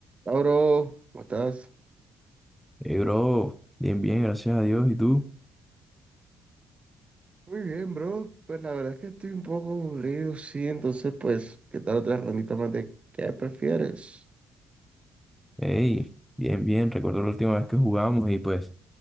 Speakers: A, on the right; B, in the centre.
A: Ah, bro, ¿cómo estás?
B: Hey, bro, bien, bien, gracias a Dios. ¿Y tú?
A: Muy bien, bro. Pues la verdad es que estoy un poco aburrido, sí. Entonces, pues, ¿qué tal otra rondita más de qué prefieres?
B: Hey, bien, bien. Recuerdo la última vez que jugamos y pues